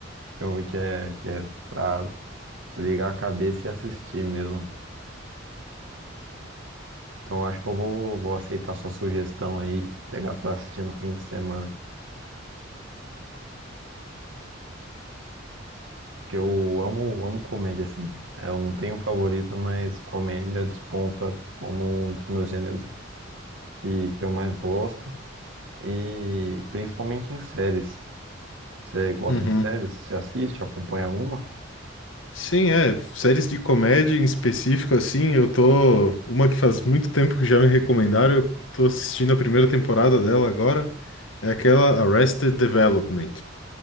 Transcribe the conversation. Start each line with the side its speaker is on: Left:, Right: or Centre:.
Right: Filme que é, que é pra desligar a cabeça e assistir mesmo. Então eu acho que eu vou, vou aceitar sua sugestão aí, pegar pra assistir no fim de semana. Porque eu amo, amo comédia, assim. É, Eu não tenho um favorito, mas comédia desponta como um dos meus gêneros que, que eu mais gosto. E principalmente em séries. Você gosta
Left: Uhum.
Right: de séries? Você assiste, acompanha alguma?
Left: Sim, é. Séries de comédia em específico, assim, eu tô. Uma que faz muito tempo que já me recomendaram, eu tô assistindo a primeira temporada dela agora. É aquela Arrested Development.